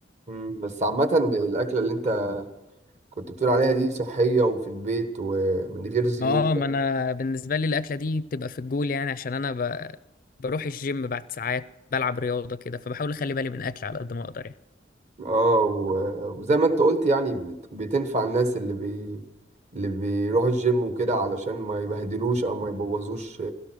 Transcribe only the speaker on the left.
اه ما انا بالنسبه لي الاكله دي بتبقى في الجول يعني عشان انا ب... بروح الجيم بعد ساعات بلعب رياضه كده فبحاول اخلي بالي من الاكل على قد ما اقدر يعني